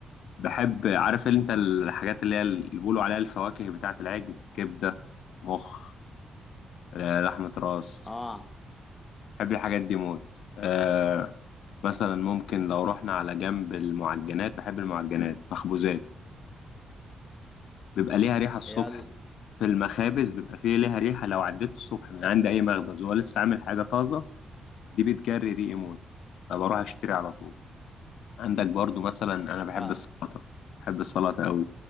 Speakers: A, on the left; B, on the left.
A: بحب عارف انت الحاجات اللي هي اللي بيقولوا عليها الفواكه بتاعه العجل كبده مخ آه، لحمه راس
B: اه
A: بحب الحاجات دي موت آه مثلا ممكن لو رحنا على جنب المعجنات بحب المعجنات مخبوزات بيبقى ليها ريحة الصبح
B: هي ال...
A: في المخابز بيبقى فيه ليها ريحة لو عديت الصبح من عند أي مخبز وهو لسه عامل حاجة طازة دي بتجري ريقي موت فبروح أشتري على طول عندك برضو مثلا أنا بحب
B: فعلا
A: السلطة بحب السلطة قوي